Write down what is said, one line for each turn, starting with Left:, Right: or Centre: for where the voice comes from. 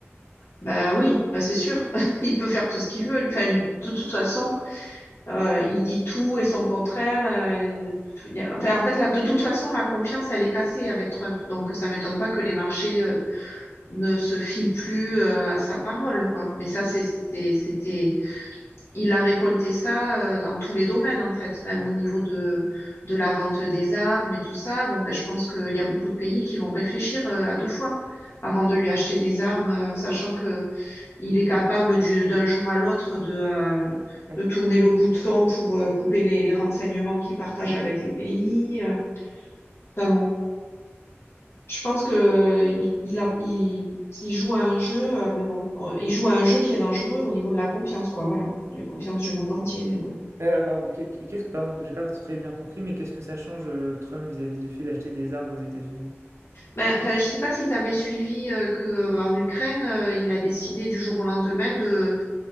Left: Ben oui. Ben c'est sûr. <laughs> Il peut faire tout ce qu'il veut. Enfin, lui- de toute façon. Euh, il dit tout et son contraire. euh, il y a- enfin, en fait, là, de toute façon, la confiance, elle est cassée avec Trump. Donc, ça m'étonne pas que les marchés euh, ne se fient plus euh, à sa parole, quoi. Mais ça, c'est, c'est- c'était, il a récolté ça euh, dans tous les domaines, en fait, même
Right: Mm.
Left: au niveau de de la vente des armes et tout ça. Bon, ben, je pense qu'il y a beaucoup de pays qui vont réfléchir euh, à deux fois avant de lui acheter des armes, euh, sachant que il est capable du- d'un jour à l'autre de, euh,
Right: Euh,
Left: de tourner le bouton pour euh, couper les, les renseignements qu'il partage avec les pays. euh. Enfin bon, je pense que euh, il, il a, il, il joue à un jeu, euh, mais bon, euh, il joue à un jeu qui est dangereux au niveau de la confiance, quoi. Voilà, la confiance du monde entier, mais bon.
Right: euh, pardon, qu'est- qu'est-ce que, pardon, j'ai pas très bien compris, mais qu'est-ce que ça change euh, Trump vis-à-vis du fait d'acheter des armes aux États-Unis?
Left: Ben, enfin, je sais pas si tu avais suivi euh, que euh, en Ukraine, euh, il a décidé du jour au lendemain de